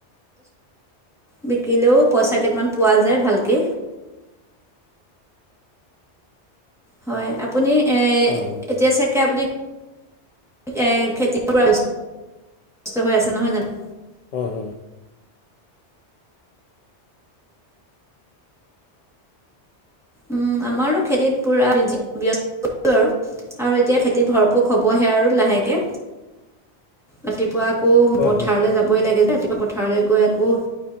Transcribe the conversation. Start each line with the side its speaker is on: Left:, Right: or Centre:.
Centre: বিকিলেও পইচা কেইটামান পোৱা যায় ভালকে। হয় আপুনি
Left: হয়
Centre: এতিয়া চাগে আপুনি- খেতিয়ৰ পৰা ব্যৱস্থা হৈ আছে নহয় জানো।
Left: হয় হয় হয়।
Centre: উম আমাৰো খেতিত পুৰা ব্যৱস্থা আৰু। আৰু এতিয়া খেতি ভৰপক হ'বহে আৰু লাহেকে। ৰাতিপুৱা আকৌ
Left: হয়
Centre: পথাৰলৈ
Left: হয়
Centre: যাবই লাগে ৰাতিপুৱা পথাৰলৈ গৈ আকৌ-